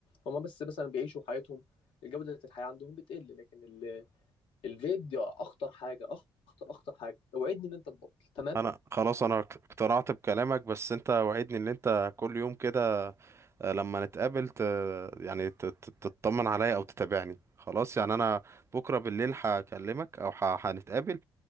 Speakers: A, on the left; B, on the right.
A: هما بس مثلا بيعيشوا حياتهم الجودة الحياة عندهم بتقل لكن الفيب دي اخطر حاجه اخطر اخطر حاجه اوعدني ان انت تبطل تمام
B: انا خلاص انا اقتنعت بكلامك بس انت وعدني ان انت كل يوم كده آه، لما نتقابل ت... يعني ت... ت- تطمن عليا او تتابعني خلاص يعني انا بكره بالليل هكلمك او ه... هنتقابل